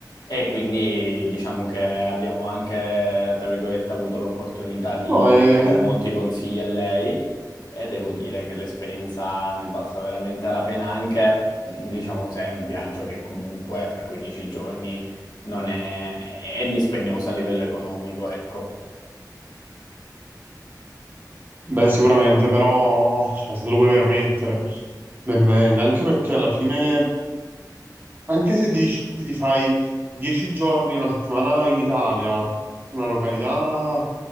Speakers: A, on the left; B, on the right.
A: e quindi diciamo che abbiamo anche, tra virgolette, avuto l'opportunità di
B: No, è
A: chiedere molti consigli a lei e devo dire che l'esperienza ne è valsa veramente la pena anche, mh, diciamo, se è un viaggio che comunque per 15 giorni non è, è dispendioso a livello economico, ecco.
B: Beh, sicuramente, però cioè, se te lo puoi permettere, ben venga, anche perché alla fine, anche se dici ti fai dieci giorni, una settimana in Italia, una località